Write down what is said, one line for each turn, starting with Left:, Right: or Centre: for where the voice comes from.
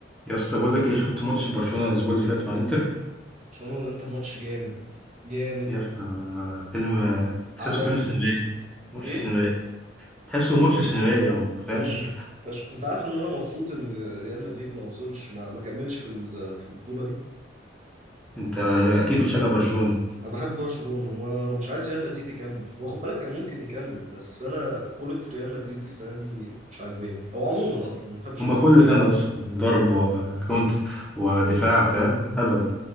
Centre: يا اسطى بقول لك ايه شفت ماتش برشلونة الاسبوع اللي فات مع انتر
Right: برشلونة والانتر ماتش جامد جامد
Centre: يا اسطى فيلم تحسه
Right: عالمي
Centre: فيلم سينمائي ماتش
Right: ايه
Centre: سينمائي تحسه ماتش سينمائي او فاهم
Right: فشخ فشخ انت عارف ان انا مبسوط ان ريال مدريد ما وصلش ما, ما كملش في ال- في البطولة دي
Centre: <laughs> انت اكيد بتشجع برشلونة
Right: انا بحب برشلونة وما مش عايز ريال مدريد يكمل هو خد بالك كان ممكن يكمل بس انا كرة ريال مدريد السنة دي مش عاجباني او عموما اصلا ما بحبش
Centre: هما
Right: الكورة
Centre: كل
Right: بتاعتهم
Centre: سنة اصلا ضرب وكونت ودفاع فاهم هبل